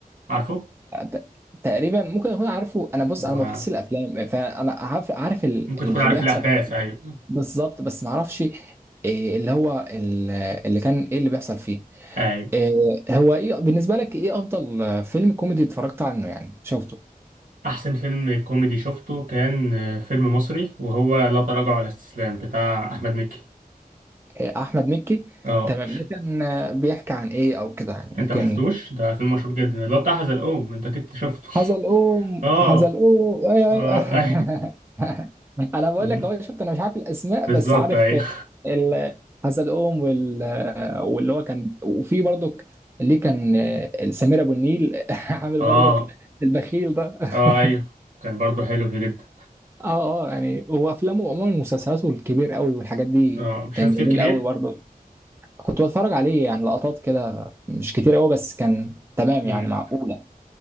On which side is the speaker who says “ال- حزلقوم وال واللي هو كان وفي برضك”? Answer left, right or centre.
Right